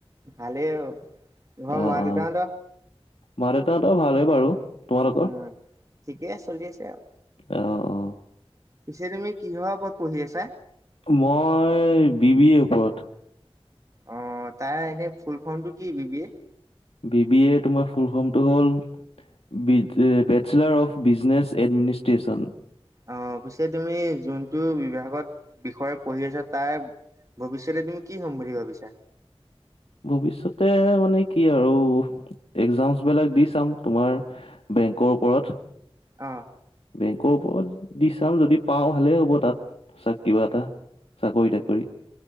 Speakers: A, on the right (about 30°); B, on the left (about 75°).
A: ভালে আৰু তোমাৰ
B: অ
A: মা -
B: অ
A: দেউতাহঁতৰ?
B: মা - দেউতাহতৰ ভালে বাৰু। তোমালোকৰ
A: উম ঠিকেই চলি আছে আৰু।
B: অ অ
A: পিছে তুমি কিহৰ ওপৰত পঢ়ি আছা?
B: তো মই বি বি এ ওপৰত।
A: অ তাৰ এনেই ফুল ফৰ্মটো কি B B A?
B: B B A তোমাৰ ফুল ফৰ্মটো হ'ল বিজ এ, বেচেলাৰ অফ বিজনেছ এডমিনিষ্ট্ৰেচন।
A: অ' পিছে তুমি যোনটো বিভাগত বিষয় পঢ়ি আছা তাৰ ভৱিষ্যতে তুমি কি হ'ম বুলি ভাবিছা?
B: ভৱিষ্যতে মানে কি আৰু এক্সামছবিলাক দি চাম তোমাৰ বেংকৰ ওপৰত।
A: অ
B: বেংকৰ ওপৰত দি চাম যদি পাওঁ ভালেই হ'ব তাত চাওঁ কিবা এটা। চাকৰি টাকৰি।